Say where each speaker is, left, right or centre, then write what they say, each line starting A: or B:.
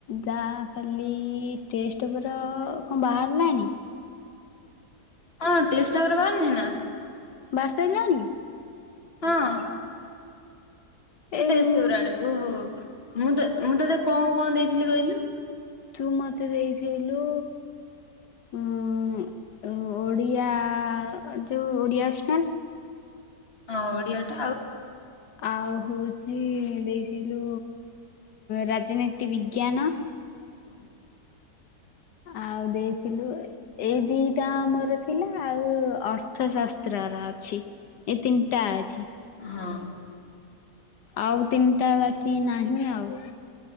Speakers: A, on the left; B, on the left.
A: ଯାହା ଖାଲି ଟେଷ୍ଟ ଉପର କଣ ବାହାରିଲାଣି?
B: ହଁ ଟେଷ୍ଟ ପେପର୍ ବାହାରି ନି ନା?
A: ବାହାର ସାରିଲାଣି?
B: ହଁ। କି
A: ଏ
B: ଟେଷ୍ଟବ
A: ମୁଁ
B: ଆଣିବୁ, ମୁଁ ମୁଁ ତତେ କଣ କଣ ଦେଇଥିଲି କହିଲୁ?
A: ତୁ ମତେ ଦେଇସେଇଲୁ ଉ ଓଡ଼ିଆ ଯେଉଁ ଓଡ଼ିଆ <unintelligible>
B: ହଁ ଓଡିଆ ତ ଆଉ
A: ଆଉ ହଉଛି ଦେଇଥିଲୁ ରାଜନୀତି ବିଜ୍ଞାନ।
B: ହୁଁ
A: ଆଉ ଦେଇଥିଲୁ ଏଇ ଦିଟା ମୋର ଥିଲା, ଆଉ ଅର୍ଥଶାସ୍ତ୍ର ର ଅଛି। ଏ ତିନିଟା ଅଛି।
B: ହଁ।
A: ଆଉ ତିନିଟା ବାକି ନାହିଁ ଆଉ।